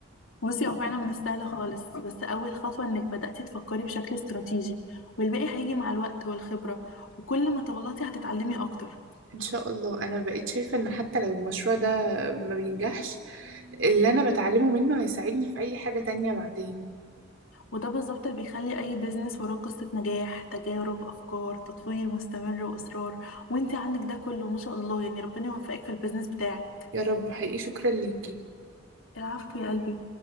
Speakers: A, on the left (about 80°); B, on the right (about 70°).
A: بصي هو فعلا مش سهل خالص بس أول خطوة إنك بدأتي تفكري بشكل استراتيجي والباقي هيجي مع الوقت والخبرة وكل ما تغلطي هتتعلمي أكتر
B: ان شاء الله انا بقيت شايفة ان حتى لو المشروع ده ما بينجحش اللي انا بتعلمه منه هيساعدني في اي حاجة تانية بعدين
A: وده بالظبط اللي بيخلي أي بيزنس وراه قصة نجاح تجارب أفكار تطوير مستمر وإصرار وانت عندك ده كله ما شاء الله يعني ربنا يوفقك في البيزنس بتاعك
B: يا رب حقيقي شكرا ليكي
A: العفو يا قلبي